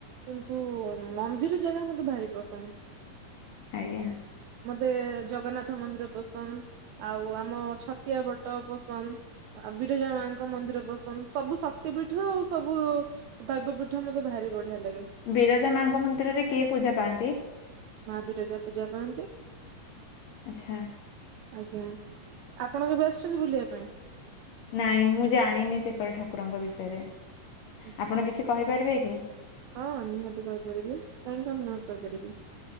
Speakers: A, on the right; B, on the left.
A: କିନ୍ତୁ ମନ୍ଦିର ଜାଗା ମତେ ଭାରି ପସନ୍ଦ।
B: ଆଜ୍ଞା
A: ମତେ ଜଗନ୍ନାଥ ମନ୍ଦିର ପସନ୍ଦ ଆଉ ଆମ ଛତିଆ ଭଟ ପସନ୍ଦ, ଆ ବିରଜା ମାଙ୍କ ମନ୍ଦିର ପସନ୍ଦ ସବୁ ଶକ୍ତି ପୀଠ ଆଉ ସବୁ ଦୈବ ପିଠା ମତେ ଭାରି ବଢିଆ ଲାଗେ।
B: ବିରଜା ମାଙ୍କ ମନ୍ଦିରରେ କିଏ ପୂଜା ପାଆନ୍ତି?
A: ମା ବିରଜା ପୂଜା ପାଆନ୍ତି।
B: ଆଛା ।
A: ଆଜ୍ଞା, ଆପଣ କେବେ ଆସିଛନ୍ତି ବୁଲିବା ପାଇଁ?
B: ନାଇଁ, ମୁଁ ଜାଣିନି ସେପଟ ଠାକୁରଙ୍କ ବିଷୟରେ।
A: ଆଚ୍ଛା।
B: ଆପଣ କିଛି କହିପାରିବେ କି?
A: ହଁ, ନିହାତି କହିପାରିବି କାହିଁକି କଣ ନ କହିପାରିବି?